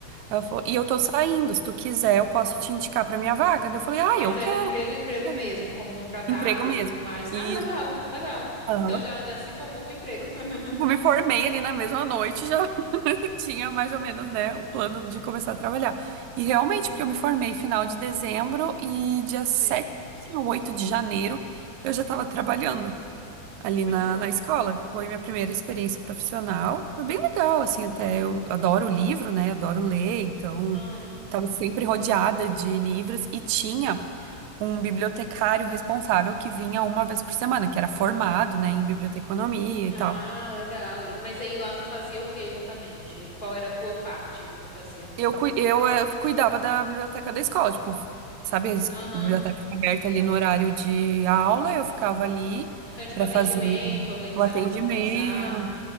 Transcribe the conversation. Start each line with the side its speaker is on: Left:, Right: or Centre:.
Right: Ela falou: "E eu tô saindo, se tu quiser, eu posso te indicar pra minha vaga." Daí Eu falei: "Ai,
Left: Mas
Right: eu
Left: era
Right: quero
Left: emprego, emprego
Right: É,
Left: mesmo, como contratado
Right: emprego mesmo."
Left: e tudo mais.
Right: Isso.
Left: Ah, legal, legal.
Right: Aham.
Left: Então já, já se formou com emprego. <laughs>
Right: Tipo, me formei ali na mesma noite, já <laughs> tinha mais ou menos, né, o plano de começar a trabalhar. E realmente, porque eu me formei final de dezembro e dia
Left: Sei.
Right: sete ou oito de janeiro eu já estava trabalhando. ali
Left: Muito
Right: na,
Left: bom.
Right: na escola. Foi minha primeira experiência profissional. Foi bem legal, assim, até eu adoro livro, né? Adoro ler, então
Left: Aham.
Right: estava sempre rodeada de livros e tinha um bibliotecário responsável que vinha uma vez por semana, que era formado, né, em biblioteconomia
Left: Ah,
Right: e tal.
Left: legal. E- Mas aí lá tu fazia o que exatamente? Qual era a tua parte que tu fazia?
Right: Eu, cui- eu, eh, cuidava da biblioteca da escola, tipo, sabe, a es-
Left: Aham.
Right: biblioteca fica aberta ali no horário de aula, eu ficava ali
Left: Então, tipo,
Right: para
Left: atendimento,
Right: fazer
Left: organizar,
Right: o atendimento,
Left: organizar.